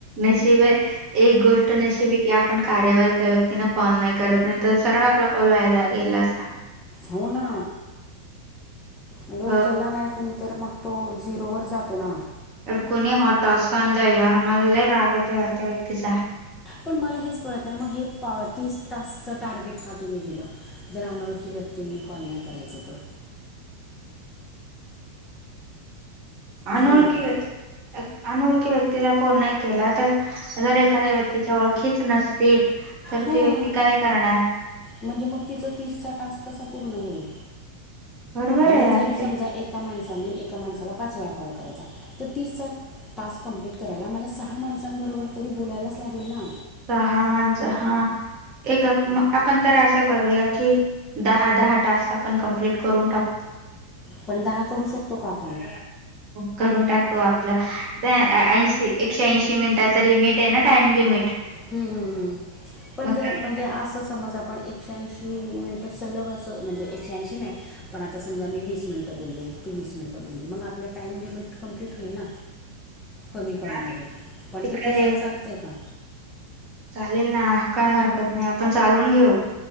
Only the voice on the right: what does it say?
नशिब हाय. एक गोष्ट नशिब हे की, आपण कार्यवा त्या व्यक्तीने कॉल नाही करत नाही तर सरळ आपला कॉल वाया गेला असता.
हो
तर कोणी हा टॉस्क आणलाय यावर मला लय राग येतोय त्या व्यक्तीचा.
<inaudible> अनोळखी
व्य <unintelligible> अनोळखी व्यक्तीला फोन नाही केला तर जर एखाद्या व्यक्तीच्या ओळखीच नसतील तर
ती व्यक्ती काय करणार?
बरोबर
आहे यार
ते
<inaudible>
सहा माणसं हा, एक मग आपण तर असं करूया की दहा, दहा टास्क आपण कमप्लीट करून टाकू.
हो करून टाकव आपलं ते ऐंशी एकशे ऐंशी मिनिटाच लिमिट आहे, ना टाइम लिमिट.
मग
करून
टाक
हा, ति-
तिकडे
हे
चालेल ना काय हरकत नाही आपण चालून घेऊ.